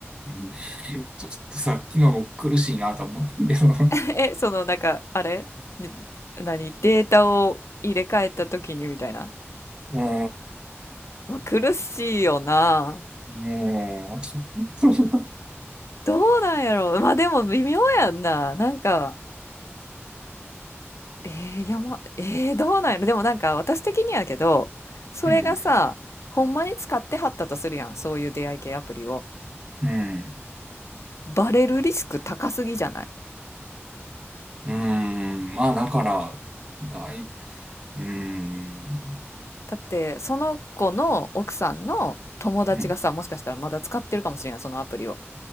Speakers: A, on the right; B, on the left.
A: うん <laughs> ちょっとさっきのも苦しいなと思ったけど、<laughs>
B: <laughs> え、その、なんか、あれで何データを入れ替えた時にみたいな。
A: も
B: まあ苦しいよな。
A: う、もう、そんな、
B: どうなんやろう。まあでも微妙やんな。なんか、えー、いやま、えー、どうなんやろ。でもなんか私的にやけど、それがさ、
A: うん、
B: ほんまに使ってはったとするやん。そういう出会い系アプリを。
A: うん、
B: バレるリスク高すぎじゃない
A: うん、まあだから、だいぶ、うん、
B: だってその子の奥さんの友達がさもしかしたらまだ使ってるかもしれんやんそのアプリを
A: うん、